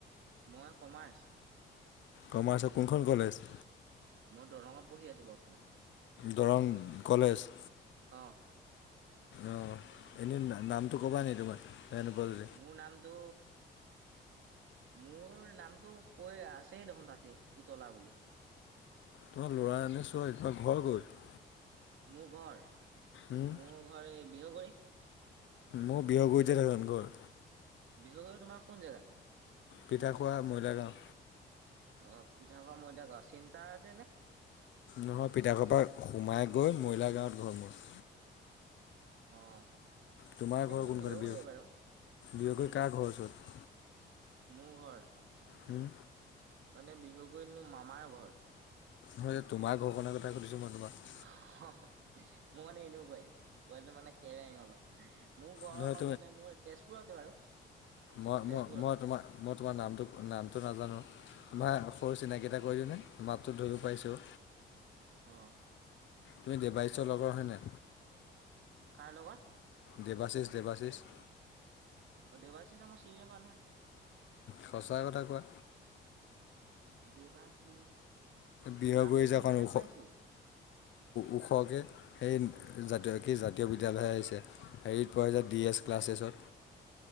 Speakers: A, on the right; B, on the left.
A: মই কমাৰ্চ।
B: কমাৰ্চৰ কোনখন কলেজ?
A: মই দৰঙত পঢ়ি আছো বৰ্তমান।
B: দৰং কলেজ।
A: অ'।
B: অ', এনে নামটো কবা নেকি তোমাৰ বেয়া নোপোৱা য
A: মোৰ নামটো মোৰ নামটো কৈ আছে দেখোন তাতে পুতলা বুলি।
B: তোমাৰ ল'ৰা নে ছোৱালী? তুমাৰ ঘৰ ক'ত?
A: মোৰ ঘৰ
B: উম,
A: মোৰ ঘৰ এই বিহগুৰি।
B: মোৰ বিহগু <unintelligible> ঘৰ।
A: বিহুগুৰি তোমাৰ কোন জেগাত?
B: পিঠাখোৱা ময়দা গাঁও।
A: অ', পিঠা খোৱা ময়দা গাও, চিন্তাৰতে নে?
B: নহয় পিতাকৰ পৰা সোমাই গৈ মৰিলা গাঁৱত ঘৰ মোৰ।
A: অ'।
B: তোমাৰ
A: এনে
B: ঘৰ
A: মোৰ
B: কোন
A: বিহগুৰিয়ে
B: <unintelligible>
A: বাৰু
B: বিহগুৰি কাৰ ঘৰ ওচৰত?
A: মোৰ ঘৰ?
B: উম।
A: মানে বিহুগুৰিত মোৰ মামাৰ ঘৰ।
B: <unintelligible> তোমাৰ ঘৰখনৰ কথা সুধছোঁ মই তোমাক।
A: মোৰ মানে এনেও কয় <unintelligible> মানে কেৰেং অলপ মোৰ ঘৰখন
B: নহয়
A: মানে মোৰ তেজপুৰতে বাৰু
B: মই-মই-মই
A: তেজপুৰৰ
B: তোমাৰ মই তোমাৰ নামটো নামটো নাজানো। মই সৰু চিনাকি এটা কৰি দিওঁনে? মাতটো ধৰিব পাৰিচো।
A: অ'।
B: তুমি দেবাইছৰ লগৰ হয়নে
A: কাৰ লগত
B: দেৱাশিষ দেৱাশিষ
A: অ দেৱশী যে ম চিনে বানহে
B: সঁচা কথা কোৱা
A: দেৱাশিষ
B: বিহগ
A: নামটো
B: যাখন
A: শুনা টাইপ
B: ওখ
A: পাইছো
B: ওখকৈ সেই জাতীয় কি জাতীয় বিদ্যালয় আহিছে হেৰিত পোৱা় হৈ যায় ডি এছ ক্লাছ এছত